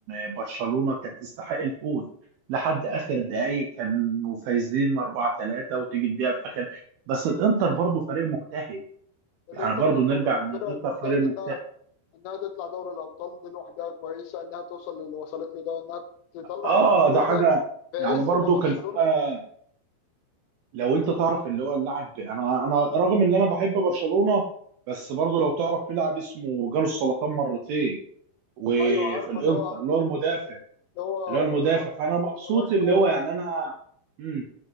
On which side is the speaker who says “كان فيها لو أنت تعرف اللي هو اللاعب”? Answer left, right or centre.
Right